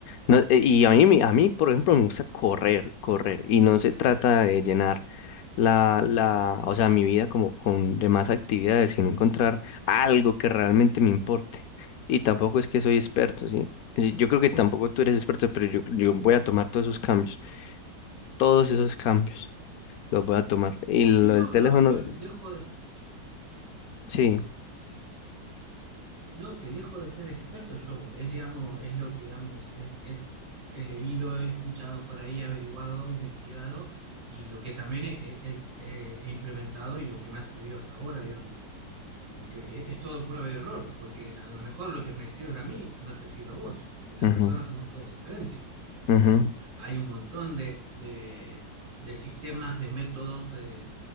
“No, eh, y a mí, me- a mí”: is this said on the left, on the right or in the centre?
Left